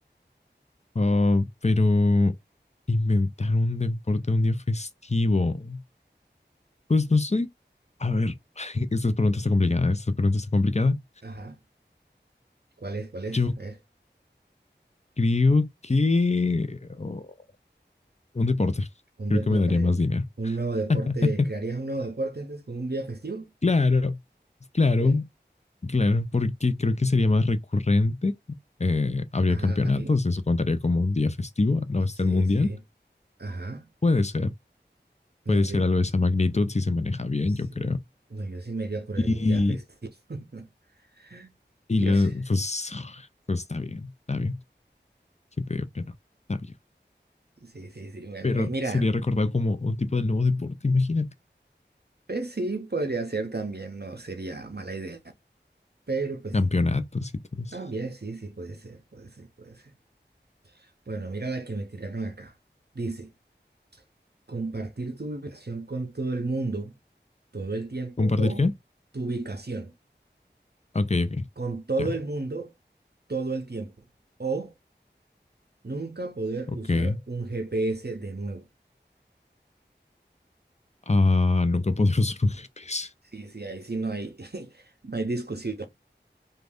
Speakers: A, on the left; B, on the right.
A: Oh, pero inventar un deporte un día festivo. Pues no soy. A ver, <laughs> esta pregunta está complicada. Esta pregunta está complicada.
B: Ajá. ¿Cuál es? ¿Cuál es?
A: Yo
B: A ver.
A: Creo que oh, un deporte.
B: Un
A: Creo
B: deporte,
A: que me daría más dinero.
B: un nuevo deporte,
A: <laughs>
B: ¿crearías un nuevo deporte antes con un día festivo?
A: Claro, claro,
B: Sí.
A: claro, porque creo que sería más recurrente. Eh, habría
B: Ajá,
A: campeonatos,
B: sí,
A: eso contaría como un día festivo, ¿no?
B: sí,
A: Está el mundial.
B: sí, ajá.
A: Puede ser,
B: No,
A: puede ser
B: yo,
A: algo de esa magnitud si se maneja bien,
B: sí.
A: yo creo.
B: No, yo sí me iría por
A: Y,
B: el día festivo. <laughs>
A: y
B: Yo
A: la-
B: sé.
A: pues, pues está bien, está bien. ¿Qué te digo que no? Está bien.
B: Sí, sí, sí, bueno,
A: Pero
B: mi- mira,
A: sería recordado como un tipo de nuevo deporte, imagínate.
B: pues sí, podría ser también, no sería mala idea, pero pues
A: Campeonatos y todo eso.
B: también sí, sí, puede ser, puede ser, puede ser. Bueno, mira la que me tiraron acá. Dice, compartir tu ubicación con todo el mundo todo el tiempo
A: ¿Compartir
B: o
A: qué?
B: tu ubicación.
A: Ok, ok.
B: con todo
A: Ya,
B: el mundo todo el tiempo o nunca poder
A: ok.
B: usar un GPS de nuevo.
A: Ah, nunca podré <laughs> usar un GPS.
B: Sí, sí, ahí sí no hay, <laughs> no hay discusión.